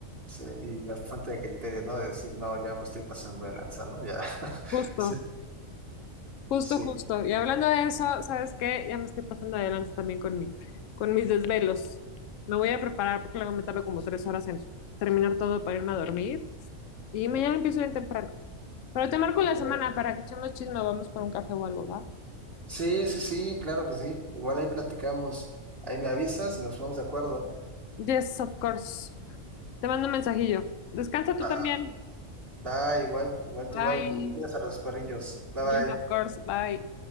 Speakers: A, on the right; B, on the left.
A: sí, y la falta de criterio, ¿no? De decir, no, ya me estoy pasando de lanza, ¿no? Ya. <laughs>
B: Justo.
A: Sí,
B: Justo,
A: sí.
B: justo. Y hablando de eso, ¿sabes qué? Ya me estoy pasando de lanza también con mi, con mis desvelos. Me voy a preparar porque luego me tardo como tres horas en terminar todo para irme a dormir. Y mañana empiezo bien temprano. Pero te marco
A: Ok.
B: en la semana para que echemos chisme, vamos por un café o algo, ¿va?
A: Sí, sí, sí, claro que sí. Igual ahí platicamos. Ahí me avisas y nos ponemos de acuerdo.
B: Yes, of course. Te mando un mensajillo. Descansa tú
A: Va,
B: también.
A: va, igual, igual
B: Bye.
A: tú igual. Cuidas a los perrillos. Bye
B: Yes,
A: bye.
B: of course. Bye.